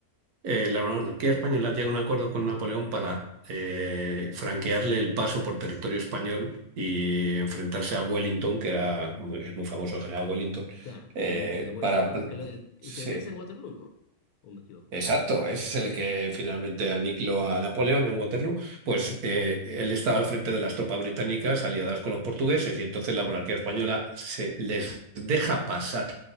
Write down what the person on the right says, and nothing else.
Eh, la monarquía española llega a un acuerdo con Napoleón para eh, franquearle el paso por territorio español y enfrentarse a Wellington, que era muy, es muy famoso el general Wellington,
eh,
para...
Sí,
exacto, es el
que finalmente aniquiló a Napoleón en Waterloo. Pues
eh, él estaba al frente de las tropas británicas aliadas con los portugueses y entonces la monarquía española se les deja pasar